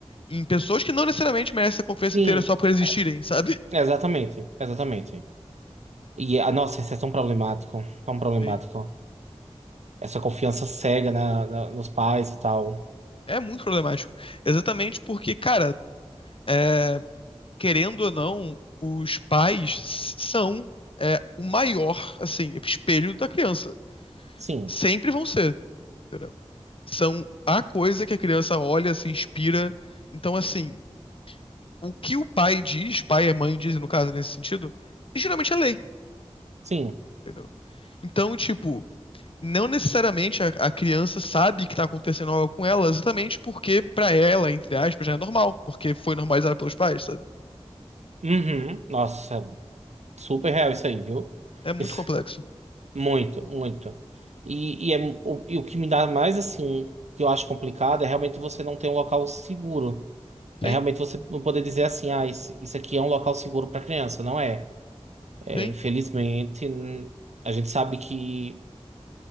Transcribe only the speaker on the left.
em pessoas que não necessariamente merecem a confiança
inteira só por existirem,
sabe?
Sim.
É muito problemático. Exatamente porque, cara, é, querendo ou não, os pais s- são é, o maior, assim, espelho da criança.
Sempre vão ser, entendeu? São a coisa que a criança olha, se inspira. Então, assim, o que o pai diz, pai e mãe dizem, no caso, nesse sentido, geralmente é lei,
entendeu? Então, tipo, não necessariamente a, a criança sabe que tá acontecendo algo com ela, exatamente porque pra ela, entre aspas, já é normal, porque foi normalizada pelos pais, sabe?
É muito
complexo.
Tem,
tem,